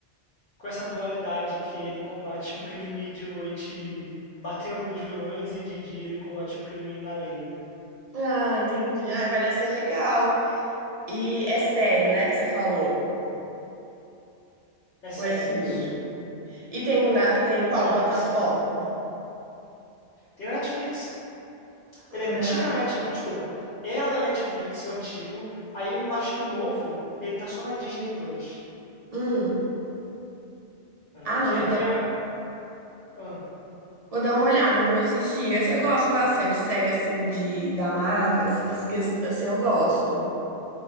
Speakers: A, on the left (about 50°); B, on the right (about 40°).
A: com essa dualidade que é ele combate o crime de noite batendo nos vilões e de dia ele combate o crime na lei, né?
B: Ah, entendi. Ai, parece ser legal. E é série, né, que você falou?
A: É série
B: Ou é filme?
A: isso.
B: E tem, na, tem qual
A: Não,
B: plataforma?
A: ela é uma série. Tem na Netflix.
B: Ah,
A: Ele é, tinha na Netflix, não, desculpa. Era da Netflix, o antigo. Aí eu acho que o novo, ele tá só na Disney Plus.
B: hum.
A: Aí
B: Ah, não,
A: que
B: vou
A: é que
B: dar,
A: é. ah,
B: vou dar uma olhada pra eu assistir. Assim, eu gosto bastante, série assim, de, da Marvel, essas ques- assim, eu gosto.